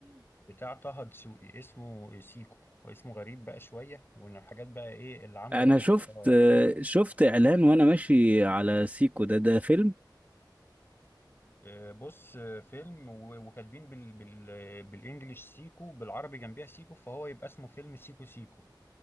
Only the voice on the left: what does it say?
بتاع طه دسوقي اسمه سيكو واسمه غريب بقى شوية وان الحاجات بقى ايه اللي عاملة
ضجة
آه،
آه، بص آه، فيلم و- وكاتبين بال... بال... بالانجلش سيكو بالعربي جنبيها سيكو فهو يبقى اسمه فيلم سيكو سيكو